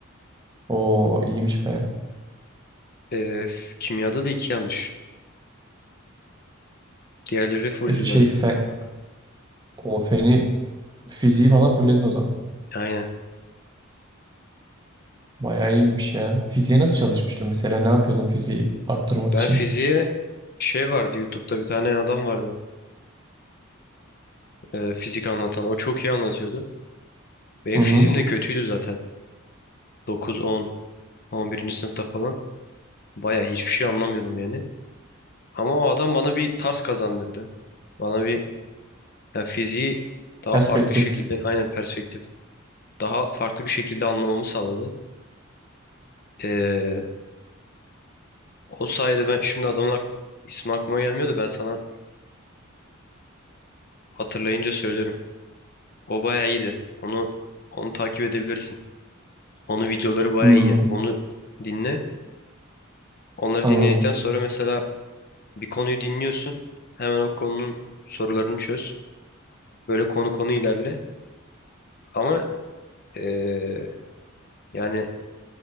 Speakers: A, on the right (about 20°); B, on the left (about 50°).
A: O iyiymiş bayağı.
B: Ee, f- kimyada da iki yanlış. Diğerleri fulldü
A: Öf, Şey
B: galiba.
A: fen O feni fiziği falan fulledin o zaman.
B: Aynen.
A: Bayağı iyiymiş ya. Fiziğe nasıl çalışmıştın mesela? Ne yapıyordun fiziği arttırmak
B: Ben
A: için?
B: fiziğe şey vardı YouTube'da bir tane adam vardı. Ee, fizik anlatan. O çok iyi anlatıyordu. Benim
A: Hı
B: fizim
A: hı.
B: de kötüydü zaten. 9, 10, 11. sınıfta falan. Baya hiçbir şey anlamıyordum yani. Ama o adam bana bir tarz kazandırdı. Bana bir yani fiziği daha
A: Perspektif.
B: farklı şekilde, aynen perspektif. Daha farklı bir şekilde anlamamı sağladı. Ee, o sayede ben şimdi adamın ak ismi aklıma gelmiyor da ben sana hatırlayınca söylerim. O baya iyiydi. Onu onu takip edebilirsin. Onun videoları baya
A: Hmm,
B: iyi yani. Onu dinle. Onları
A: anladım.
B: dinledikten sonra mesela Bir konuyu dinliyorsun. Hemen o konunun sorularını çöz. Böyle konu konu ilerle. Ama eee, yani